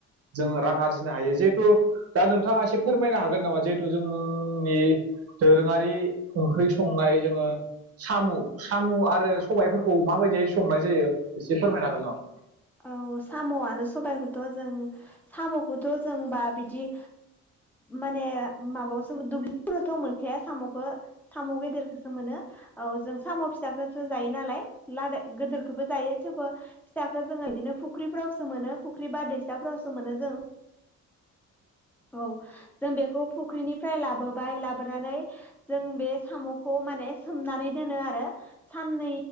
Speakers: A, on the right; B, in the centre.
A: जोङो रां आरजिनो हायो जिहेथु दा नोंथाङा एसे फोरमायनो हागोन नामा जिहेथु जोंनि दोरोङारि ओंख्रि संनाय जोङो साम' साम' आरो सबायाइफोरखौ माबायदिहाय संनाय जायो एसे फोरमायनो हागोन नामा?
B: औ साम' आरो सबायखौथ' जों साम'खौथ' जोंबा बिदि माने माबायावसो दुब्लिफोरावथ' मोनखाया साम'खौ साम' गेदेरखौसो मोनो औ जों साम' फिसाखौसो जायो नालाय लादाय गिदिरखौबो जायो थेवबो फिसाखौ जोङो बिदिनो फुख्रिफ्रावसो मोनो फुख्रि बारदैसाफोरावसो मोनो जों औ जों बेखौ फुख्रिनिफ्राय लाबोबाय लाबोनानै जों बे साम'खौ माने सोमनानै दोनो आरो साननै